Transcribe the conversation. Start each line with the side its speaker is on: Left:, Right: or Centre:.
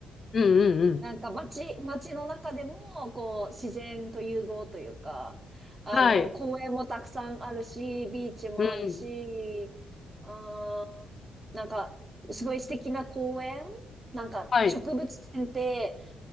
Left: うんうん。
Right: なんか街、街の中でも、こう、自然と融合というか、あの、
Left: はい。
Right: 公園もたくさんあるし、ビーチもあるし、
Left: うん。
Right: あー、なんか、すごい素敵な公園なんか、
Left: はい。
Right: 植物園って、